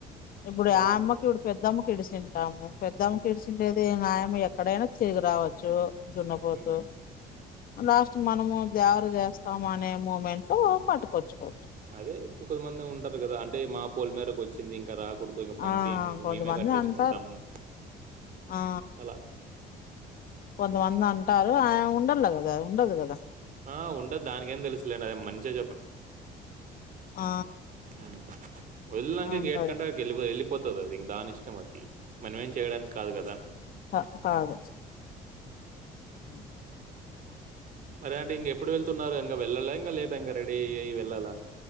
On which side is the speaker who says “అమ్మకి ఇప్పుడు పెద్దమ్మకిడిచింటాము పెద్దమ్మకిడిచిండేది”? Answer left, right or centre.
Left